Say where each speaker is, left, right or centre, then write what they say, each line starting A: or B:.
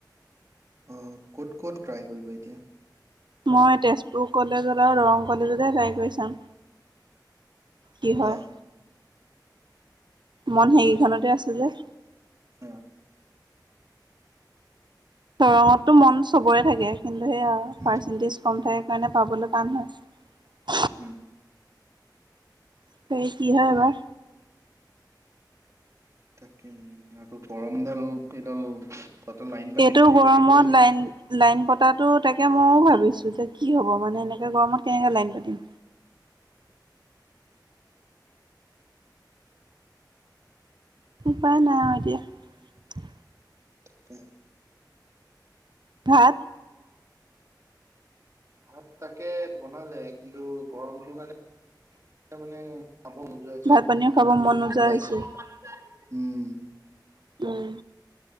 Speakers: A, on the right; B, on the right.
A: অহ, ক'ত -ক'ত ট্ৰাই কৰিবা এতিয়া?
B: মই তেজপুৰ কলেজত আৰু দৰং কলেজতে ট্ৰাই কৰি চাম। কি হয়
A: অ
B: মন সেই সেইকেখনতহে আছে যে
A: অ
B: দৰংতটো মন চবৰে থাকে কিন্তু সেইয়া
A: উম
B: পাৰ্চেন্টেজ কম থাকে কাৰণে পাবলৈ টান হয়।
A: উম
B: সেই কি হয় এবাৰ
A: তাকে আকৌ গৰমডাল এইডাল তাতে লাইন পাতিটো
B: এইটো
A: ৰখি
B: গৰমত
A: থাকিব লাগে।
B: লাইন-লাইন পতাতো তাকে মইও ভাবিছো যে কি হ'ব মানে, এনেকে গৰমত কেনেকে লাইন পাতিম? উপায় নাই আৰু এতিয়া।
A: তাকে
B: ভাত
A: ভাত তাকে বনালে কিন্তু গৰমটো কাৰণে ত' মানে উম খাব নোযোৱা
B: ভাত পানীও খাব মন নোযোৱা হৈছে
A: হৈছে <unintelligible>
B: উম